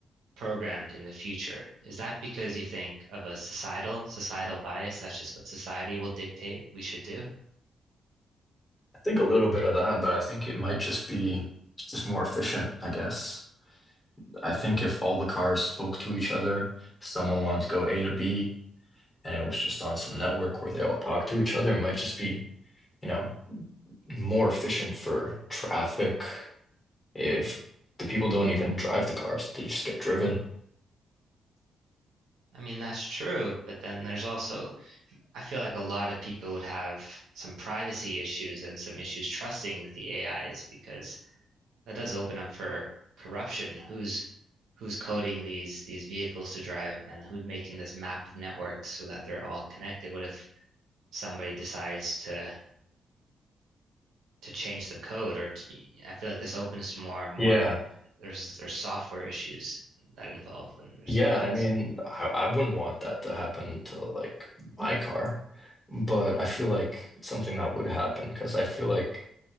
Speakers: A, on the right (about 80°); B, on the left (about 15°).
A: programmed in the future. Is that because you think of a societal societal bias? That's just what society will dictate we should do.
B: I think a little bit of that, but I think it might just be just more efficient, I guess. I think if all the cars spoke to each other, if someone wanted to go A to B and it was just on some network where they all talk to each other. It might just be, you know, more efficient for traffic if the people don't even drive the cars, they just get driven.
A: I mean, that's true, but then there's also, I feel like a lot of people would have some privacy issues and some issues trusting the AIs because that does open up for corruption. Who's who's coding these these vehicles to drive and who's making this map of networks so that they're all connected? What if somebody decides to to change the code or to, I feel like this opens to more and more
B: Yeah.
A: of there's there's software issues that involve when there's
B: Yeah,
A: that kind
B: I
A: of
B: mean,
A: stuff.
B: I, I wouldn't want that to happen to like my car, but I feel like it's something that would happen because I feel like,